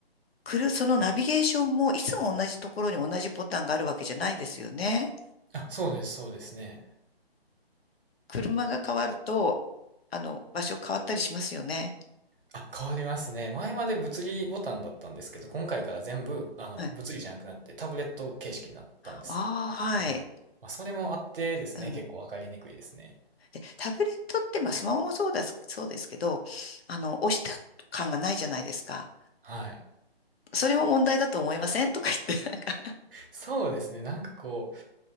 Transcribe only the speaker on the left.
くる、そのナビゲーションもいつも同じところに同じボタンがあるわけじゃないですよね。
車が変わると、あの、場所変わったりしますよね。
はい。
ああ、はい。
うん。
で、タブレットって、まあ、スマホもそうだ、そうですけど、あの、押した感がないじゃないですか。
それも問題だと思いませんとか言って、なんか、